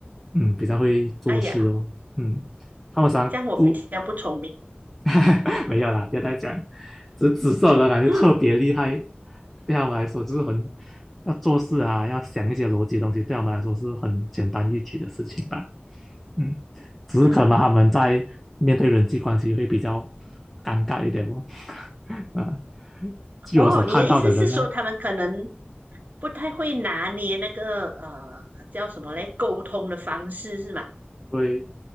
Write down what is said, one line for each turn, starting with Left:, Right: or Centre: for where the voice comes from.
Centre: 嗯，比较会做事哦，
Right: 哎呀，
Centre: 嗯，他们常顾
Right: 这样我比较不聪明。
Centre: <laughs> 没有啦，要再讲，只紫色的感觉特别厉害，
Right: 嗯
Centre: 对他们来说就是很要做事啊，要想一些逻辑的东西，对他们来说是很简单易举的事情吧。嗯，只是可能他们在面对人际关系会比较
Right: 嗯，
Centre: 尴尬一点哦。啊，据我所看到的人呢，
Right: 哦，你的意思是说他们可能不太会拿捏那个呃叫什么嘞？沟通的方式是吗？
Centre: 对，